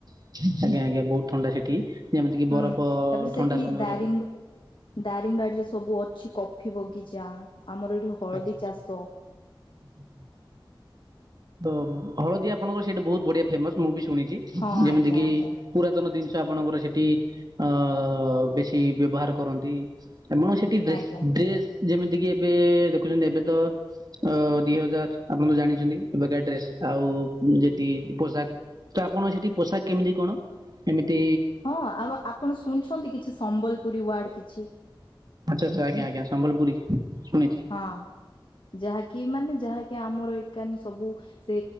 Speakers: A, on the right; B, on the left.
A: ଆଜ୍ଞା ଆଜ୍ଞା ବହୁତ୍ ଥଣ୍ଡା ସେଠି। ଯେମିତି କି
B: ହୁଁ
A: ବରଫ
B: ତାପରେ
A: ଥଣ୍ଡା
B: ସେଠି
A: ସମୟରେ
B: ଦାରିଙ୍ଗବା ଦାରିଙ୍ଗବାଡ଼ିରେ ସବୁ ଅଛି କଫି ବଗିଚା ଆମର ଏଠି ହଳଦୀ
A: ଆଚ୍ଛା
B: ଚାଷ
A: ଆଚ୍ଛା ହୁଁ ହୁଁ। ତ ହଳଦୀ ଆପଣଙ୍କର ସେଇଟି ବହୁତ୍ ବଢ଼ିଆ ଫେମସ ମୁଁବି ଶୁଣିଚି
B: ହଁ
A: ଯେମିତିକିି
B: ଆଜ୍ଞା ଆଜ୍ଞା
A: ପୁରାତନ ଜିନିଷ ଆପଣଙ୍କର ସେଠି ଅ ବେଶୀ ବ୍ୟବହାର କରନ୍ତି। ତନଭା ସିଟି ବେଷ୍ଟ
B: ଆଜ୍ଞା
A: ଡ୍ରେସ୍ ଯେମିତିକି ଏବେ ଦେଖୁଛନ୍ତି ଏବେତ ଅ ଦି ହଜାର ଆପଣତ ଜାଣିଚନ୍ତି। ଏବେକାର ଡ୍ରେସ୍ ଆଉ ଜଟି ପୋଷାକ ତଆପଣ ସେଠି ପୋଷାକ କେମିତି କଣ? ଏମିତି
B: ହଁ ଆମ ଆପଣ ଶୁଣିଛନ୍ତି କିଛି ସମ୍ବଲପୁରୀ ୱାର୍ଡ କିଛି?
A: ଆଚ୍ଛା ଆଚ୍ଛା ଆଜ୍ଞା ଆଜ୍ଞା ସମ୍ବଲପୁରୀ ଶୁଣିଚି।
B: ହଁ ଯାହାକି ମାନେ ଯାହାକି ଆମର ଏକାନେ ସବୁ ସେ